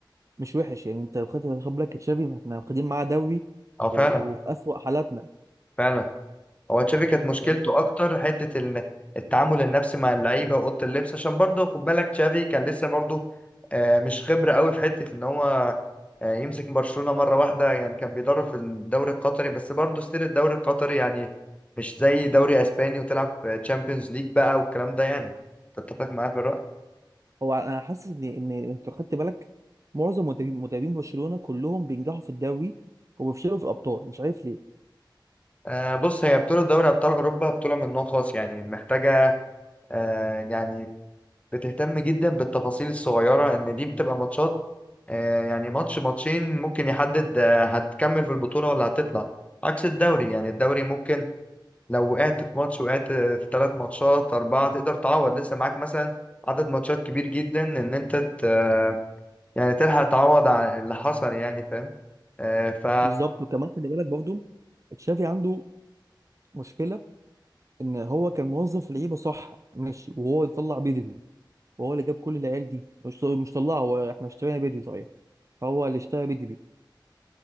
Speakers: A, on the right; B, on the left.
A: مش وحش يعني انت لو خدت خد بالك تشافي احنا واخدين معاه دوري
B: اه فعلا
A: و- وفي اسوأ حالاتنا
B: فعلا هو تشافي كانت مشكلته
A: يعني انت
B: اكتر حتة ال- التعامل النفسي مع اللعيبة واوضة اللبس عشان برضه خد بالك تشافي كان لسه برضه آه مش خبرة قوي في حتة ان هو آه يمسك برشلونة مرة واحدة يعني كان بيدرب في الدوري القطري بس برضه ستيل الدوري القطري يعني مش زي دوري اسباني وتلعب تشامبيونز ليج بقى والكلام ده يعني تتفق معايا في الرأي
A: هو انا حاسس ان ان انت لو خدت بالك معظم مدربين مدربين برشلونه كلهم بينجحوا في الدوري وبيفشلوا في الابطال مش عارف ليه
B: آه، بص هي بطولة دوري أبطال أوروبا بطولة من نوع خاص يعني محتاجة آه، يعني بتهتم جدا بالتفاصيل الصغيرة إن دي بتبقى ماتشات آه، يعني ماتش ماتشين ممكن يحدد آه، هتكمل في البطولة ولا هتطلع عكس الدوري يعني الدوري ممكن لو وقعت في ماتش وقعت في ثلاث ماتشات أربعة تقدر تعوض لسه معاك مثلا عدد ماتشات كبير جدا إن أنت ت- آه، يعني تلحق تعوض على اللي حصل يعني فاهم آه، ف
A: بالظبط وكمان خلي بالك برضه تشافي عنده مشكله ان هو كان موظف لعيبه صح ماشي وهو اللي طلع بدري وهو اللي جاب كل العيال دي مش مش طلعها هو احنا اشترينا بدري صحيح فهو اللي اشترى بدري